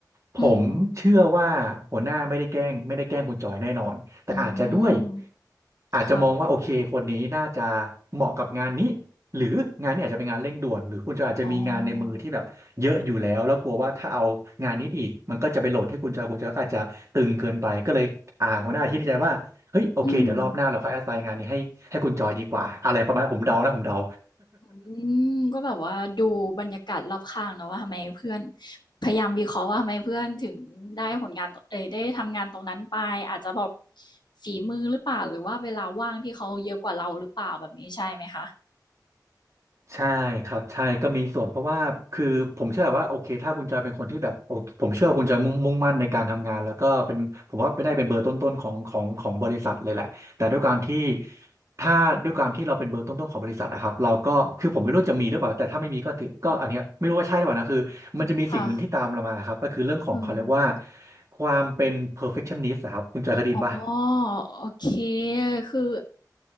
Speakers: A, on the right; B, on the left.
A: ผมเชื่อว่าหัวหน้าไม่ได้แกล้งไม่ได้แกล้งคุณจอยแน่นอนแต่อาจจะด้วย
B: อืมอืม
A: อาจจะมองว่าโอเคคนนี้น่าจะ
B: ค่ะ
A: เหมาะกับงานนี้ หรืองานนี้อาจจะเป็นงานเร่งด่วนหรือคุณจะอาจจะมีงานในมือที่แบบเยอะอยู่แล้วแล้วกลัวว่าถ้าเอางานนี้ไปอีกมันก็จะไปโหลดให้คุณจอยคุณจอยก็อาจจะตึงเกินไปก็เลยอ่าหัวหน้าคิดในใจว่าเฮ้ยโอเคเดี๋ยวรอบหน้าเราค่อยแอสไซน์งานนี้ให้ให้คุณจอยดีกว่าอะไรประมาณผมเดานะผมเดา
B: อ๋ออืมอืมก็แบบว่าดูบรรยากาศรอบข้างเนาะว่าทำไมเพื่อนพยายามวิเคราะห์ว่าทำไมเพื่อนถึงได้ผลงานเอ่ยได้ทำงานตรงนั้นไปอาจจะแบบฝีมือหรือเปล่าหรือว่าเวลาว่างที่เขาเยอะกว่าเราหรือเปล่าแบบนี้ใช่ไหมคะ
A: ใช่ครับใช่ก็มีส่วนเพราะว่าคือผมเชื่อว่าโอเคถ้าคุณจอยเป็นคนที่แบบโอเคผมเชื่อว่าคุณจะมุ่งมุ่งมั่นในการทำงานแล้วก็เป็นผมว่าเป็นได้เป็นเบอร์ต้นๆของของของบริษัทเลยแหละแต่ด้วยการที่ถ้าด้วยการที่เราเป็นเบอร์ต้นๆของบริษัทนะครับเราก็คือผมไม่รู้จะมีหรือเปล่าแต่ถ้าไม่มีก็ถือก็อันเนี้ยไม่รู้ว่าใช่หรือเปล่านะคือมันจะมีสิ่งหนึ่งที่ตามเรามาครับก็คือเรื่องของเขาเรียกว่า
B: ค่ะคือ
A: ความเป็น perfectionist อะครับคุณจอยเคยได้ยินป่ะ
B: อ๋อโอเคคือ